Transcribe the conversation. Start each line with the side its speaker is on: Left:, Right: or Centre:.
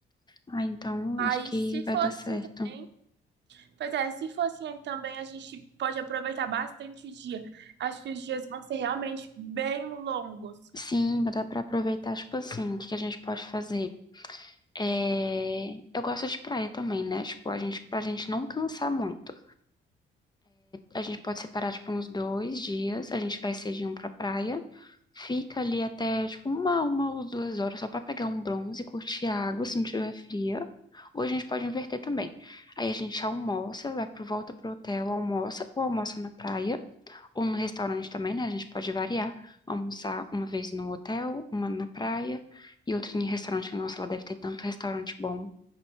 Left: Ah, então
Right: Aí,
Left: acho que
Right: se for
Left: vai dar
Right: assim
Left: certo.
Right: também, pois é, se for assim também, a gente pode aproveitar bastante o dia. Acho que os dias vão ser realmente bem longos.
Left: Sim, vai dar pra aproveitar, tipo assim, o que que a gente pode fazer? É, eu gosto de praia também, né? Tipo, a gente, pra gente não cansar muito. A gente pode separar, tipo, uns dois dias. A gente vai cedinho pra praia. Fica ali até, tipo, uma, uma ou duas horas só pra pegar um bronze, curtir a água se não tiver fria. Ou a gente pode inverter também. Aí a gente almoça, vai pro volta pro hotel, almoça, ou almoça na praia, ou no restaurante também, né? A gente pode variar. Almoçar uma vez no hotel, uma na praia e outra em restaurante. Nossa, lá deve ter tanto restaurante bom